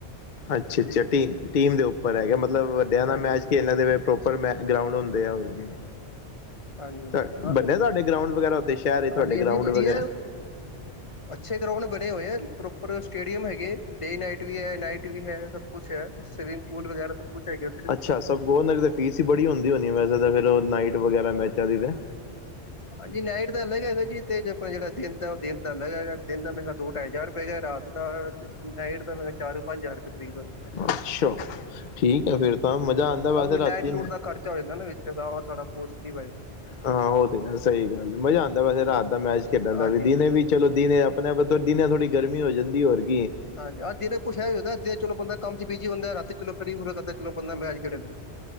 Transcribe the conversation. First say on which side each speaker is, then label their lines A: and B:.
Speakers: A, on the left; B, on the left.
A: ਅੱਛਾ
B: ਹਾਂਜੀ
A: ਅੱਛਾ ਟੀ ਟੀਮ ਦੇ ਉੱਪਰ ਹੈਗੇ ਮਤਲਬ ਵੱਡਿਆਂ ਦਾ
B: ਹਾਂਜੀ
A: ਮੈਚ
B: ਹਾਂਜੀ
A: ਖੇਲਣਾ ਤੇ ਫਿਰ ਪ੍ਰੋਪਰ ਮੈਚ ਗਰਾਊਂਡ ਹੁੰਦੇ ਆ ਹੋਰ ਕੀ
B: ਹਾਂਜੀ ਹਾਂਜੀ
A: ਤੇ
B: ਹਾਂ
A: ਵੱਡੇ ਤੁਹਾਡੇ ਗਰਾਊਂਡ ਵਗੈਰਾ ਉੱਥੇ ਸ਼ਹਿਰ ਤੁਹਾਡੇ
B: ਹਾਂਜੀ
A: ਗਰਾਊਂਡ
B: ਹਾਂਜੀ ਵਧੀਆ
A: ਵਗੈਰਾ
B: ਅੱਛੇ ਗਰਾਉਂਡ ਬਣੇ ਹੋਏ ਹੈ ਪ੍ਰੋਪਰ ਸਟੇਡੀਅਮ ਹੈਗੇ ਡੇ ਨਾਈਟ ਵੀ ਹੈ ਨਾਈਟ ਵੀ ਹੈ ਸਭ ਕੁਛ ਹੈ ਸਵਿਮਿੰਗ ਪੂਲ ਵਗੈਰਾ ਸਭ ਕੁਛ ਹੈਗਾ
A: ਅੱਛਾ ਸਭ ਕੁ ਨਾ ਫੀਸ ਹੀ ਬੜੀ ਹੁੰਦੀ ਹੋਣੀ ਵੈਸੇ ਤਾਂ ਫਿਰ ਨਾਈਟ ਵਗੈਰਾ ਮੈਚਾਂ ਦੀ ਤੇ।
B: ਹਾਂਜੀ ਨਾਈਟ ਦਾ ਅਲੱਗ ਹੈਗਾ ਜੀ ਤੇ ਆਪਾਂ ਜਿਹੜਾ ਦਿਨ ਦਾ ਉਹ ਦਿਨ ਦਾ ਅਲੱਗ ਹੈਗਾ ਦਿਨ ਦਾ ਮੈਂ ਕਿਹਾ ਦੋ ਢਾਈ ਹਜ਼ਾਰ ਰੁਪਏ ਹੈਗਾ ਰਾਤ ਤਾਂ ਨਾਈਟ ਦਾ ਮ ਹੈਗਾ ਚਾਰ ਪੰਜ ਹਜ਼ਾਰ ਰੁਪਏ ਕਰੀਬ ਹੈਗਾ
A: ਅੱਛਾ ਠੀਕ ਹੈ ਫੇਰ ਤਾਂ ਮਜ਼ਾ ਆਉਂਦਾ ਵੈਸੇ
B: ਆ ਵੀ
A: ਰਾਤੀ
B: ਲਾਈਟ ਲੂਟ ਦਾ ਖਰਚਾ ਹੋ ਜਾਂਦਾ ਨਾ ਵਿੱਚ ਤਾਂ ਉਹ ਥੋੜਾ ਕੋਸਟਲੀ ਪੈ ਜਾਂਦਾ
A: ਹਾਂ ਉਹ ਤੇ ਹੈ ਸਹੀ ਗੱਲ ਮਜ਼ਾ ਆਉਂਦਾ ਵੈਸੇ ਰਾਤ ਦਾ ਮੈਚ ਖੇਡਣ ਦਾ
B: ਹਾਂਜੀ
A: ਵੀ ਦਿਨੇ
B: ਹਾਂਜੀ
A: ਵੀ ਚਲੋ ਦਿਨ ਆਪਣੇ ਦਿਨ ਥੋੜ੍ਹੀ ਗਰਮੀ ਹੋ ਜਾਂਦੀ ਹੋਰ ਕੀ ਏ
B: ਹਾਂਜੀ ਹਾਂ ਜਿੱਦਾਂ ਕੁਛ ਹੈ ਹੋ ਹੁੰਦਾ ਚੋ ਬੰਦਾ ਕੰਮ ਚ ਬਿਜੀ ਹੁੰਦਾ ਰਾਤੀ ਚਲੌ ਫਰੀ ਹੋਰ ਰਾਤੀ ਚਲੋ ਬੰਦਾ ਮੈਚ ਖੇਡ ਲੈਂਦਾ